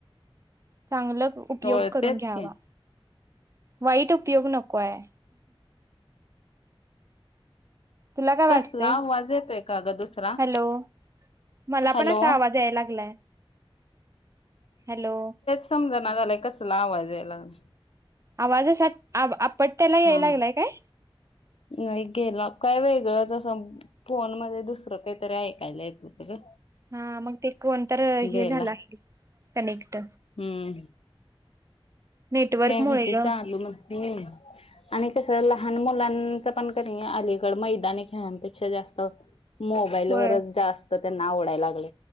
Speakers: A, on the right; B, on the left.
A: चांगलं उपयोग
B: होय
A: करून
B: तेच
A: घ्यावा,
B: की
A: वाईट उपयोग नकोये. तुला काय वाटतंय?
B: कसला आवाज येतोय का गं दुसरा?
A: हॅलो मला
B: हॅलो
A: पण असा आवाज याय लागलाय, हॅलो.
B: समज न झालय कसला आवाज याय लागलय?
A: आवाज अश्या, आ - आपटत्याला याय
B: हा
A: लागलाय काय?
B: नाही गेला काय वेगळंच असं फोन मध्ये दुसरं काहीतरी ऐकायला येत होत ग.
A: हा मग ते कोण तर हे
B: गेला
A: झालं असल कनेक्ट.
B: हम्म
A: नेटवर्क
B: काय
A: मुळे
B: कथे
A: ग
B: चालू मग <unintelligible> आणि कसं लहान मुलांचं पण की नाय अलीकड मैदानी खेळांपेक्षा जास्त मोबाईलवरच
A: होय
B: जास्त त्यांना आवडायला लागलं.